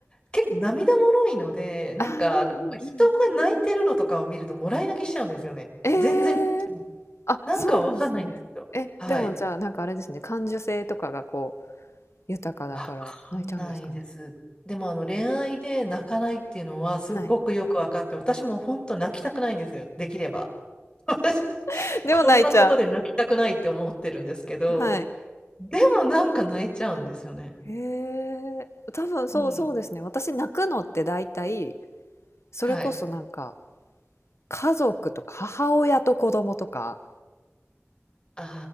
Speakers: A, on the left; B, on the left.
A: 結構涙もろいので、なんか、
B: あーうんうんうん。
A: あの、人が泣いてるのとかを見ると、もらい泣きしちゃうんですよね。
B: えー
A: 全然、
B: あ、
A: なんかわかんないんですけど。
B: そうなんですね。え、
A: はい。
B: でもじゃあなんかあれですね、感受性とかがこう豊かだから泣いちゃうんですかね。
A: わかんないです。でも、あの、恋愛で泣かないっていうのは、すごくよくわかって、
B: はい。
A: 私も本当泣きたくないんですよ、できれば。<laughs> 私
B: <laughs> でも泣いちゃ
A: こんなことで泣きたくないって思ってるんですけど、
B: う。はい。
A: でもなんか泣いちゃうんですよね。
B: へえ、多分そうそうですね。
A: うん。
B: 私泣くのって大体、それこそなんか
A: はい。
B: 家族とか母親と子供とか、
A: あ